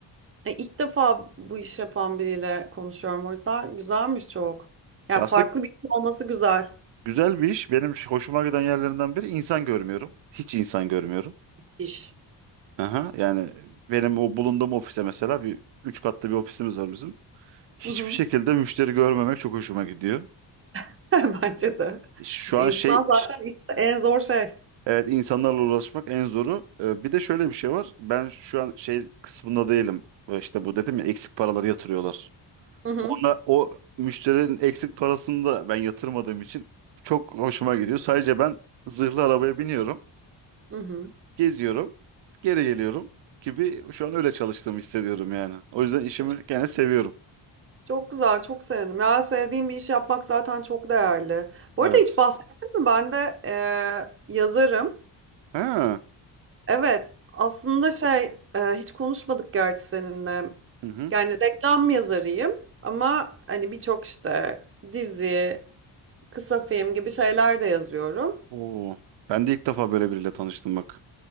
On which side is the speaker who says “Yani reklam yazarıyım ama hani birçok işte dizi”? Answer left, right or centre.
Right